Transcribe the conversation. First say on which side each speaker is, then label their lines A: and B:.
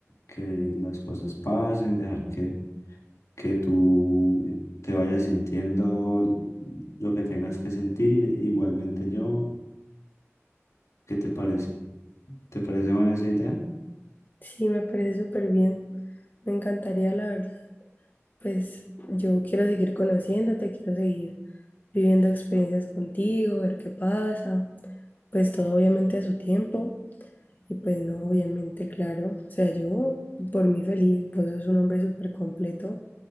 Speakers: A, on the left; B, on the left.
A: que las cosas pasen, dejar que que tú te vayas sintiendo lo que tengas que sentir, igualmente yo. ¿Qué te parece? ¿Te parece buena esa idea?
B: Sí, me parece súper bien. Me encantaría, la verdad. Pues yo quiero seguir conociéndote, quiero seguir viviendo experiencias contigo, ver qué pasa. Pues todo obviamente a su tiempo. Y pues no, obviamente, claro. O sea, yo por mí feliz, vos sos un hombre súper completo,